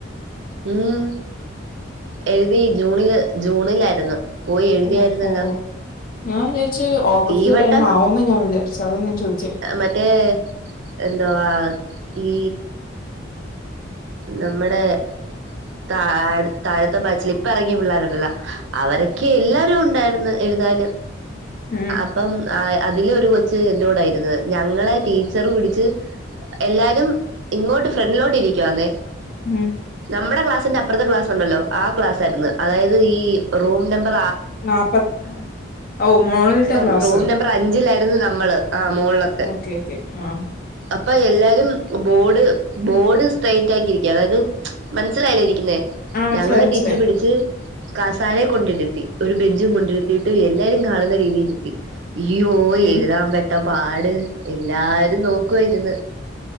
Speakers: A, on the right (about 70°); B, on the left (about 45°).
A: ഉം എഴുതി ജൂണില് ജൂണിലായിരുന്നു പോയി എഴുതിയായിരുന്നല്ലോ
B: ഓഹ് ഓഹ് ഓഹ് ഞാൻ വിചാരിച്ച് ഓഗസ്റ്റ്
A: ഈ വട്ടം
B: ടൈം ആവൂന്ന് ഞാൻ വിചാരിച്ചത് അതാ ഞാൻ ചോയ്ച്ചേ
A: മറ്റേ എന്തോ വാ ഈ നമ്മടെ താഴ താഴത്തെ ബാച്ചിൽ ഇപ്പ ഇറങ്ങിയ പിള്ളേരുണ്ടല്ലോ അവരൊക്കെ എല്ലാരും ഉണ്ടായിര്ന്ന് എഴുതാന്
B: ഉം
A: അ പ്പം അതില് ഒരു കൊച്ച് എന്റെറ കൂടെ യിരുന്നത് ഞങ്ങളെ ടീച്ചർ പിടിച്ച് എല്ലാരും ഇങ്ങോട്ട് ഫ്രണ്ടിലോട്ട് ഇരിക്ക്വാന്നേ
B: ഉം
A: നമ്മടെ ക്ലാസ്സിന്റെ അപ്പുറത്തെ ക്ലാസ് ഉണ്ടല്ലോ ആ ക്ലാസ് ആയിരുന്നു അതായത് ഈ റൂം നമ്പർ
B: നാപ്പത് ഓഹ് മോളിൽത്തെ
A: ഇപ്പം
B: ക്ലാസ്
A: റൂം നമ്പർ അഞ്ചിലായിരുന്നു നമ്മള് ആ മോളിലത്തെ
B: ഓക്കെ ഓക്കെ ആഹ്
A: അപ്പൊ എല്ലാരും ബോഡ് ബോർഡ് സ്ട്രെറ്റ് ആക്കിരിക്ക അതായത് മനസ്സിലായില്ലേ ഇരിക്കുന്നേ
B: ആഹ് മനസ്സിലായി
A: ഞങ്ങളെ
B: മനസ്സിലായി
A: ടീച്ചർ പിടിച്ച് കാസാരെ കൊണ്ടിരുത്തി ഒരു ബെഞ്ചും കൊണ്ടിര് ത്തിട്ട് എല്ലാരും കാണുന്ന രീതിയിലിര്ത്തി അയ്യോ,,,
B: ഉം
A: എഴുതാൻ പെട്ട പാട് എല്ലാരും നോക്കുവായിരുന്നു